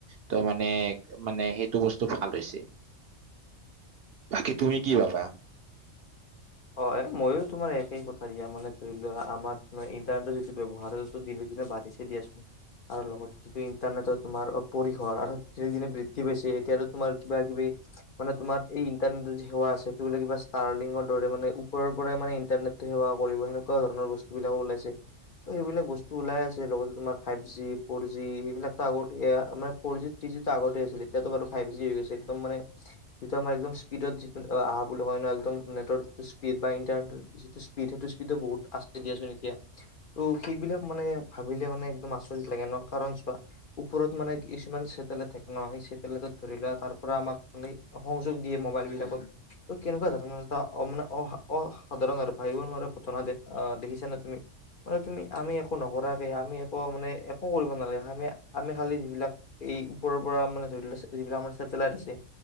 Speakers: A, on the right; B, on the left.
A: তো মানে মানে সেইটো বস্তু ভাল হৈছে, বাকী তুমি কি ভাবা?
B: অ মইও তোমাৰ একে কথা দিয়া মানে ধৰি লোৱা আমাৰ ইণ্টাৰনেটৰ যিটো ব্যৱহাৰটো দিনে দিনে বাঢ়িছে। দি আছোঁ আৰু লগতে যিটো ইণ্টাৰনেটৰ তোমাৰ পৰিসৰ আৰু দিনে দিনে বৃদ্ধি পাইছে এতিয়াটো তোমাৰ কিবা কিবি মানে তোমাৰ এই ইন্টাৰনেটৰ যি সেৱা আছে সেটো বোলে কিবা ষ্টাৰলিংকৰ ৰে মানে ওপৰৰ পৰাই মানে ইন্টনেটটো সেৱা কৰিব সেনেকুৱা ধৰণ বস্তুবিলাকো ওলাইছে। ত সেইবিলাক বস্তু ওলাই আছে লগতে তোমাৰ ফাইব জি ফ'ৰ জি সেইবিলাকটো আগত এয়া মানে ফ'ৰ জি জি টো আগতে আছিলে এতিয়াতো বাৰু ফাইব জি হৈ গৈছে একদম মানে যিটো আমাৰ একদম স্পীডত যিটো অ আহা বুলি ক না একদম নেটৰ স্পীড বা ইটাৰনেট যিটো স্পীড সেইটো স্পীডো বহুত আছে দিয়াচোন এতিয়া ত' সেইবিলাক মানে ভাবিলে মানে একদম আচৰিত লাগে ন কাৰণ চোৱা ওপৰত মানে কিছুমান চেটেলাইট থাকে ন সেই চেটেলাইটত ধৰি লোৱা তাৰ পৰা আমাক আনি সংযোগ দিয়ে মোবাইল বিলাকত ত' কেনেকুৱা ধৰণৰ এটা অ মানে অ অসাধাৰণ আৰু ভাবিব নোৱাৰা ঘটনা দে আহ দেখিছা নে তুমি মানে তুমি আমি একো নকৰাকৈ আমি একো মানে একো কৰিব নালাগে আমি আমি খালি যিবিলাক এই ওপৰৰ পৰা মানে ধৰি লোৱা যিবিলাক আমাৰ ছেটেলাইট আছে